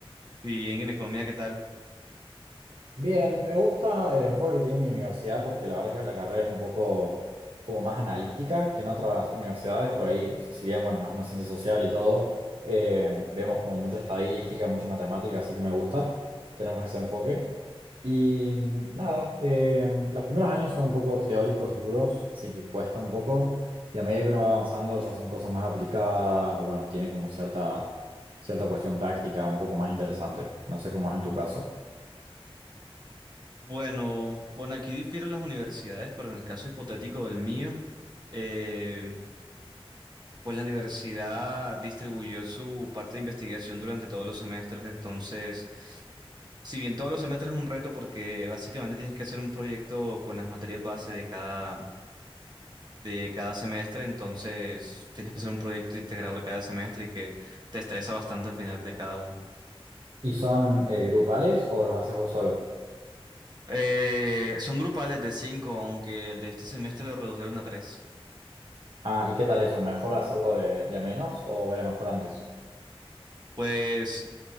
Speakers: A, on the right; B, on the right.
A: Y en economía, ¿qué tal?
B: Bien, me gusta el enfoque que tiene mi universidad porque la verdad que la carrera es un poco como más analítica que en otras universidades, por ahí, o sea, si bien, bueno, es una ciencia social y todo, eh, vemos como mucha estadística, mucha matemática, así que me gusta, tenemos ese enfoque. Y mm, nada, eh, los primeros años son un poco teóricos, duros, así que cuesta un poco, y a medida que uno va avanzando ya son cosas más aplicadas, o bueno, tiene como cierta, cierta cuestión práctica un poco más interesante, no sé cómo es en tu caso.
A: Bueno, bueno, aquí difieren las universidades, pero en el caso hipotético del mío, eh, pues la universidad distribuyó su parte de investigación durante todos los semestres, entonces, si bien todos los semestres es un reto porque básicamente tienes que hacer un proyecto con las materias base de cada, de cada semestre, entonces tienes que hacer un proyecto integrado de cada semestre y que te estresa bastante al final de cada uno.
B: ¿Y son eh, grupales o los haces vos solo?
A: Eh, son grupales de cinco, aunque el de este semestre lo redujeron a tres.
B: Ah, ¿y qué tal eso? ¿Mejor hacerlo de, de a menos o era mejor antes?
A: Pues